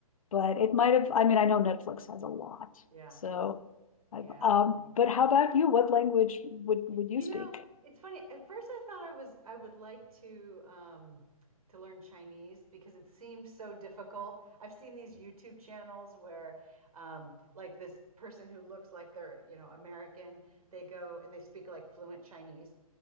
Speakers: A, on the left (about 70°); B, on the right (about 80°).
A: But it might have I mean I know Netflix has a lot.
B: yeah,
A: So
B: yeah,
A: I um
B: they do.
A: but how about you? What language would would you
B: You
A: speak?
B: know, it's funny. At first, I thought I was I would like to um, to learn Chinese because it seems so difficult. I've seen these YouTube channels where, um, like this person who looks like they're you know American, they go and they speak like fluent Chinese,